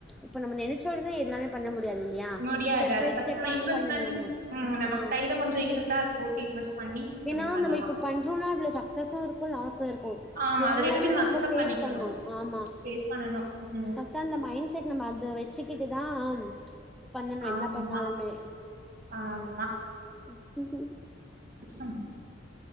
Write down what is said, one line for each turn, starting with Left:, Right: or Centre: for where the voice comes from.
Centre: இப்ப நம்ம நெனச்சோடன எல்லாமே பண்ண முட் டியாதுலியா
Right: முடியாது
Centre: ஸ்டெப்
Right: அது
Centre: பை
Right: ஃபஸ்ட்
Centre: ஸ்டெப்பா
Right: நம்ம இன்வெஸ்ட்மெண்ட்
Centre: பண்ணணோமோ
Right: ம் நமக்கு
Centre: ஆ
Right: கையில கொஞ்சோ இருந்தா அது போட்டு இன்வெஸ்ட் பண்ணி
Centre: ஏனா
Right: பண்ணலா
Centre: நம்ம இப்ப பண்றோனா அதுல சக்சஸுருக்கூ லாஸுருக்கூ
Right: ஆமா
Centre: எல்லாமே
Right: அது ரெண்டுமே
Centre: நம்ம
Right: அக்செப்ட்
Centre: ஃபேஸ்
Right: பண்ணிக்கணு
Centre: பண்ணூ ஆமா
Right: ஃபேஸ் பண்ணணு ம்
Centre: ஃபர்ஸ்ட் அந்த மைண்ட செட் நம்ம அத வெச்சுக்கிட்டுதான் ஆம் பண்ணணும் யென்ன
Right: ஆமா
Centre: பண்ணாலுமே
Right: ஆமா
Centre: ம் ஹூம்
Right: <unintelligible>